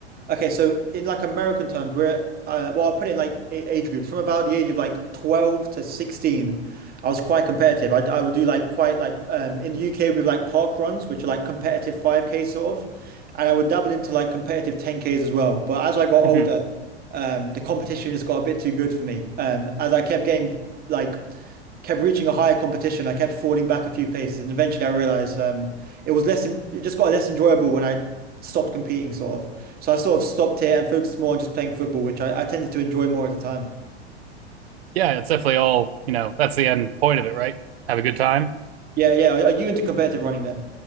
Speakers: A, on the right; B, on the right.
A: Okay, so in like American terms, we're uh, well, I'll put it in like a- age groups from about the age of like 12 to 16. I was quite competitive. I, I would do like quite like um, in the UK we have like park runs, which are like competitive 5K sort of, and I would dabble into like competitive 10Ks as well. But as I got
B: hmm
A: older, um, the competition just got a bit too good for me. Um, as I kept getting like kept reaching a higher competition, I kept falling back a few paces, and eventually I realized um, it was less en- it just got less enjoyable when I stopped competing, sort of. So I sort of stopped it and focused more on just playing football, which I, I tended to enjoy more at the time.
B: Yeah, it's definitely all you know. That's the end point of it, right? Have a good time.
A: Yeah, yeah. Are, are you into competitive running then?